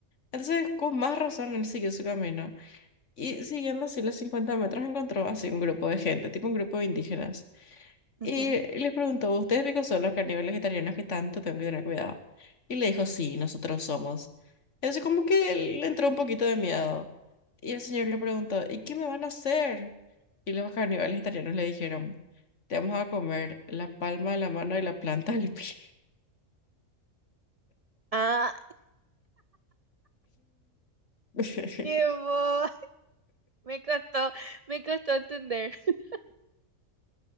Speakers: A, on the left (about 60°); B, on the right (about 50°).
A: Entonces, con más razón, él siguió su camino. Y siguiendo así los 50 metros encontró así un grupo de gente, tipo un grupo de indígenas.
B: ujú.
A: Y les preguntó, ¿ustedes qué son los carnívoros vegetarianos que tanto tengo que tener cuidado? Y le dijo, sí, nosotros somos. Entonces como que le entró un poquito de miedo. Y el señor le preguntó, ¿y qué me van a hacer? Y los carnívoros vegetarianos le dijeron, te vamos a comer la palma de la mano y la planta del pie.
B: Ah,
A: <laughs>
B: qué boba. <laughs> Me costó, me costó entender. <laughs>